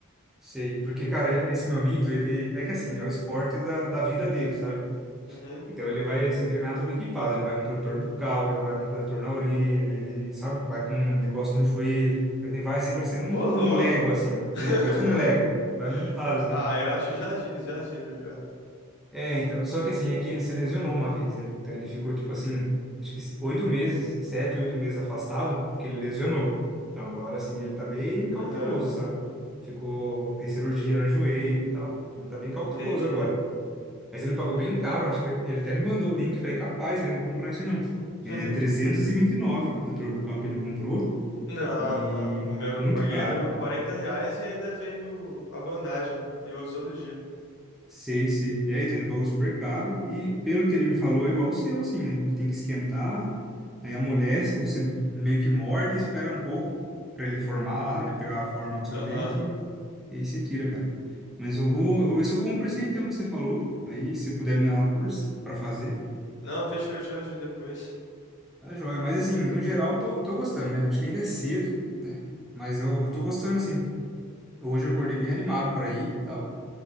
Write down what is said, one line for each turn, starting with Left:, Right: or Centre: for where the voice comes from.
Centre: Sei. Porque, cara, esse meu amigo, ele. É que assim, é o esporte da, da vida dele, sabe?
Left: Uhum.
Centre: Então ele vai assim treinar todo equipado, ele vai com protetor bucal, ele vai com protetor na orelha, ele, sabe, vai com um negócio no joelho, ele vai assim parecendo um,
Left: Ô, louco!
Centre: um Lego assim,
Left: <laughs>
Centre: é, parece um Lego, vai montado assim.
Left: Ah, eu acho já, gi- já giro já.
Centre: É, então, só que assim, aqui ele se lesionou uma vez, né? Então ele ficou tipo assim, acho que oito meses, sete, oito meses afastado, porque ele lesionou. Então agora assim ele tá bem cauteloso,
Left: Aham,
Centre: sabe? Ficou, fez cirurgia no joelho e tal. Ele tá bem cauteloso
Left: entendi.
Centre: agora. Mas ele pagou bem caro, acho que foi- ele até me mandou o link. Falei, capaz, né? Não vou comprar isso não.
Left: <laughs>
Centre: É trezentos e e vinte e nove o protetor bucal que ele comprou
Left: Não,
Centre: e
Left: não. O meu
Centre: muito
Left: que eu paguei
Centre: caro.
Left: era 40 reais e ainda veio a bandagem, que eu uso todo dia.
Centre: Sei, sei. É, então ele pagou super caro e pelo que ele me falou é igual o seu, assim. Ele falou que tem que esquentar, aí amolece, você meio que morde, espera um pouco para ele formar lá, né? Pegar a forma do seu
Left: Aham.
Centre: dente e e aí você tira, cara. Mas eu vou, eu vou ver se eu compro esse aí então que você falou. Aí, se puder me dar uma força para fazer.
Left: Não, fechou, eu te ajudo depois.
Centre: Tá joia. Mas assim, no geral, tô, tô gostando, né? Acho que ainda é cedo, né? Mas eu, eu tô gostando, assim. Hoje eu acordei bem animado pra ir e tal.